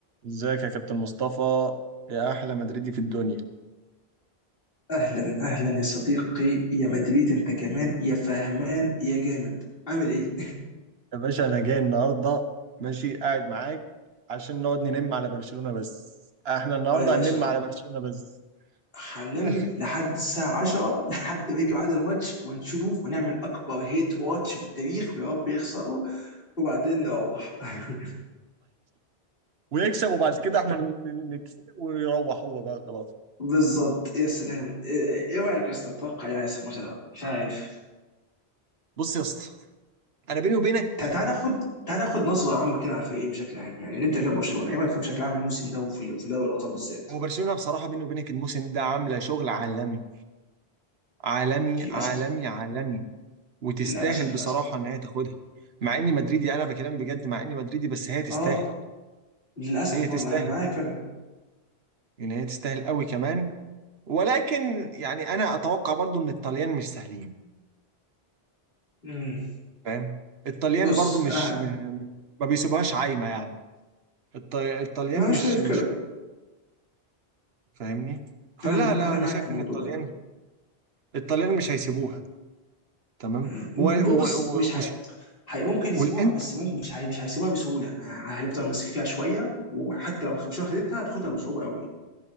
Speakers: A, on the right; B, on the left.
A: ازيك يا كابتن مصطفى يا احلى مدريدي في الدنيا
B: اهلا اهلا يا صديقي يا مدريد انت كمان يا فهمان يا جامد عامل ايه
A: يا باشا انا جاي النهارده ماشي قاعد معاك عشان نقعد ننم على برشلونة بس احنا
B: <laughs>
A: النهارده
B: اه يا باشا
A: هننم
B: أهو.
A: على برشلونة بس
B: هننام
A: <laughs>
B: لحد الساعة 10 لحد ما يجي ميعاد الماتش ونشوف ونعمل أكبر هيت واتش في التاريخ ويا رب يخسروا وبعدين نروح <laughs>
A: ويكسب وبعد كده احنا ن- ن- نكسب ويروح هو بقى خلاص
B: بالظبط يا سلام إيه إيه رأيك يا أسطى تتوقع إيه اللي هيحصل في الماتش ده؟ مش عارف
A: بص يا اسطى انا بيني وبينك
B: تع- تعال ناخد تعال ناخد نظرة عامة كده على الفريقين بشكل عام يعني نبدأ كده ببرشلونة إيه رأيك فيهم بشكل عام الموسم ده وفي وفي دوري الأبطال بالذات؟
A: هو برشلونة بصراحة بيني وبينك الموسم ده عاملة شغل عالمي عالمي
B: للأسف
A: عالمي عالمي وتستاهل
B: للأسف
A: بصراحة
B: للأسف
A: ان هي تاخدها مع اني مدريدي انا بكلام بجد مع اني مدريدي بس هي تستاهل
B: اه للاسف
A: هي تستاهل
B: برضه انا معاك فعلا
A: ان هي تستاهل قوي كمان ولكن يعني انا اتوقع برضو ان الطليان مش سهلين
B: مم.
A: فاهم الطليان
B: بص
A: برضو مش
B: انا ه-
A: م... ما بيسيبوهاش عايمه يعني الط... الطليان
B: ما
A: مش
B: انا شايف
A: مش
B: كده
A: فاهمني فلا
B: انا
A: لا
B: انا
A: انا
B: معاك
A: شايف
B: في الموضوع
A: ان الطليان
B: ده
A: الطليان مش هيسيبوها تمام
B: مم.
A: و...
B: بص
A: و... و...
B: مش
A: وش...
B: ه... هي ممكن يسيبوها
A: والانت
B: بس ممكن مش هي... مش هيسيبوها بسهوله ه- هيفضل ماسك فيها شويه وحتى لو برشلونه خدتها هتاخدها بصعوبه قوي